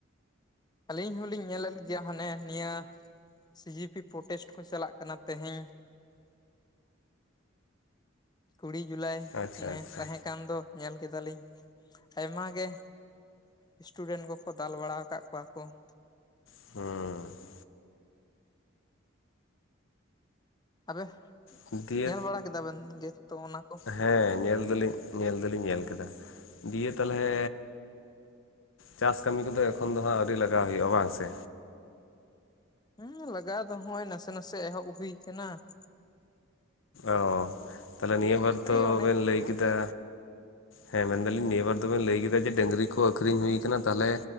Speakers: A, on the left (about 20°); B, on the left (about 80°).
A: ᱟᱹᱞᱤᱧ ᱦᱚᱞᱤᱧ ᱧᱮᱞᱮᱫ ᱜᱮᱭᱟ ᱦᱟᱱᱮ ᱱᱤᱭᱟᱹ ᱥᱤ ᱡᱤ ᱯᱤ ᱯᱨᱚᱴᱮᱥᱴ ᱠᱚ ᱪᱟᱞᱟᱜ ᱠᱟᱱᱟ ᱛᱮᱦᱮᱧ ᱠᱩᱲᱤ ᱡᱩᱞᱟᱭ
B: ᱟᱪᱪᱷᱟ
A: ᱚᱱᱮ
B: ᱟᱪᱪᱷᱟ
A: ᱛᱟᱦᱮᱸ ᱠᱟᱱ ᱫᱚ ᱧᱮᱞ ᱠᱮᱫᱟ ᱞᱤᱧ ᱾ ᱟᱭᱢᱟ ᱜᱮ ᱮᱥᱴᱩᱰᱮᱱᱴ ᱠᱚ ᱠᱚ ᱫᱟᱞ ᱵᱟᱲᱟ ᱟᱠᱟᱫ ᱠᱚᱣᱟ ᱠᱚ ᱾
B: ᱦᱩᱸ ᱾
A: ᱟᱵᱮ
B: ᱦᱮᱸ ᱫᱤᱭᱮ
A: ᱧᱮᱞ ᱵᱟᱲᱟ ᱠᱮᱫᱟ ᱵᱮᱱ ᱡᱮ ᱦᱮ ᱛᱩ ᱚᱱᱟ ᱠᱚ
B: ᱦᱮᱸ ᱧᱮᱞ ᱫᱚ ᱞᱤᱧ ᱧᱮᱞ ᱫᱚ ᱞᱤᱧ ᱧᱮᱞ ᱠᱮᱫᱟ ᱫᱤᱭᱮ ᱛᱟᱞᱦᱮ ᱪᱟᱥ ᱠᱟᱹᱢᱤ ᱠᱚᱫᱚ ᱮᱠᱷᱚᱱ ᱫᱚ ᱦᱟᱸᱜ ᱟᱹᱣᱨᱤ ᱞᱟᱜᱟᱣ ᱦᱩᱭᱩᱜᱼᱟ ᱵᱟᱝ ᱥᱮ?
A: ᱦᱩᱸ ᱞᱟᱜᱟᱣ ᱫᱚ ᱦᱚᱜ-ᱚᱭ ᱱᱟᱥᱮ ᱱᱟᱥᱮ ᱮᱦᱚᱵ ᱦᱩᱭ ᱟᱠᱟᱱᱟ ᱾
B: ᱚ ᱛᱟᱦᱞᱮ ᱱᱤᱭᱟᱹ ᱵᱟᱨ ᱫᱚ
A: ᱚᱱᱮ
B: ᱵᱮᱱ ᱞᱟᱹᱭ ᱠᱮᱫᱟ ᱦᱮᱸ ᱢᱮᱱ ᱫᱟᱞᱤᱧ ᱱᱤᱭᱟᱹ ᱵᱟᱨ ᱫᱚ ᱵᱤᱱ ᱞᱟᱹᱭ ᱠᱮᱫᱟ ᱡᱮ ᱰᱟᱹᱝᱨᱤ ᱠᱚ ᱟᱠᱷᱨᱤᱧ ᱦᱩᱭ ᱠᱟᱱᱟ ᱛᱟᱦᱚᱞᱮ